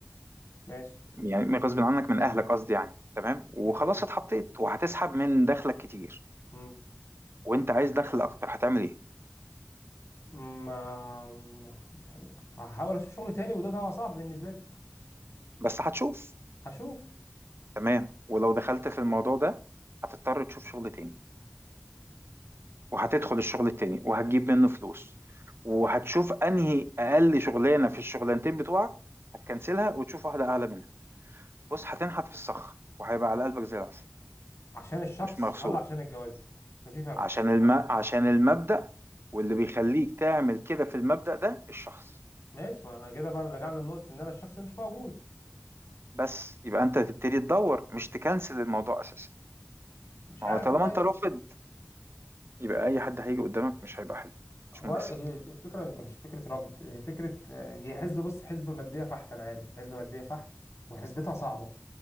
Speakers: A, on the left; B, on the right.
A: ماشي
B: يعني غصب عنك من اهلك قصدي يعني تمام وخلاص
A: تمام
B: اتحطيت وهتسحب من دخلك كتير
A: امم
B: وانت عايز دخل اكتر هتعمل ايه
A: ما ما- مش هحاول اشوف شغل تاني وده طبعا صعب بالنسبة لي
B: بس هتشوف
A: هشوف
B: تمام ولو دخلت في الموضوع ده هتضطر تشوف شغل تاني وهتدخل الشغل التاني وهتجيب منه فلوس وهتشوف انهي اقل شغلانه في الشغلانتين بتوعك هتكنسلها وتشوف واحده اعلى منها بص هتنحت في الصخر وهيبقى على قلبك زي العسل
A: عشان الشخص
B: مش مغصوب
A: ولا عشان الجواز ففي فرق
B: عشان الم... عشان المبدأ واللي بيخليك تعمل كده في المبدأ ده الشخص
A: ماشي ما انا كده بقى رجعنا لنقطة ان انا الشخص مش موجود
B: بس يبقى انت تبتدي تدور مش تكنسل الموضوع اساسا
A: مش
B: ما
A: عارف
B: هو طالما
A: والله
B: انت رافض يبقى اي حد هيجي قدامك مش هيبقى حلو
A: هو
B: مش مناسب
A: أنا- هي الفكرة انت مش فكرة رفض هي فكرة آه، هي حزب بص حزب مادية فحت انا عارف حزب مادية فحت وحسبتها صعبة